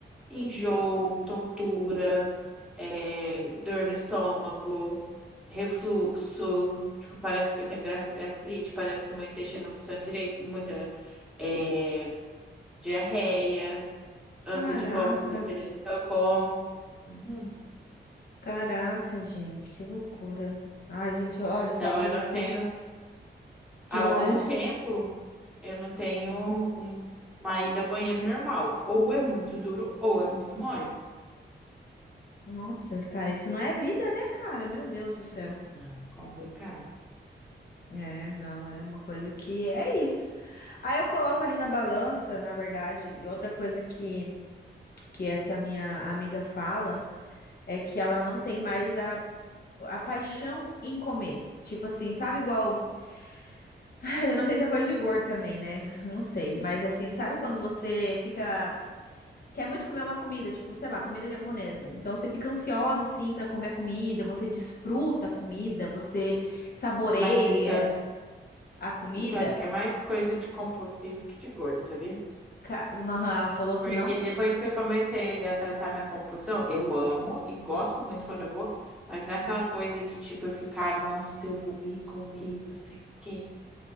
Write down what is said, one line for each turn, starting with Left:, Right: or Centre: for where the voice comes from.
Centre: Enjoo, tontura, é, dor no estômago, refluxo. Tipo, parece que eu tenho gra- gastrite, parece que o meu intestino não funciona direito, muita é, diarreia, ânsia
Left: Caraca.
Centre: de vômito, dependendo do que eu como. Uhum.
Left: Caraca, gente, que loucura. Ai, gente, olha, eu falo
Centre: Então,
Left: pra
Centre: eu
Left: você
Centre: não tenho.
Left: que
Centre: Há
Left: não
Centre: algum
Left: é.
Centre: tempo, eu não tenho um- uma ida ao banheiro normal. Ou é muito duro, ou é muito mole.
Left: Nossa, cara, isso não é vida, né, cara? Meu Deus do céu.
Centre: Não, complicado.
Left: É, não, é uma coisa que é isso. Aí eu coloco ali na balança, na verdade, e outra coisa que, que essa minha amiga fala é que ela não tem mais a, a paixão em comer. Tipo assim, sabe igual. <laughs> <sighs> Eu não sei se é coisa de gordo também, né? <laughs> Não sei. Mas assim, sabe quando você fica. quer muito comer uma comida, tipo, sei lá, comida japonesa. Então você fica ansiosa assim pra comer a comida, você desfruta a comida, você saboreia
Centre: Mas isso. é
Left: a comida.
Centre: Isso eu acho que é mais coisa de compulsivo que de gordo, sabia?
Left: Ca- Nahan, Ela falou que
Centre: Porque
Left: não,
Centre: depois que eu comecei a tratar minha compulsão, eu amo e gosto muito quando eu vou, mas não é aquela coisa de tipo eu ficar, nossa, eu vou ir comer e não sei o quê.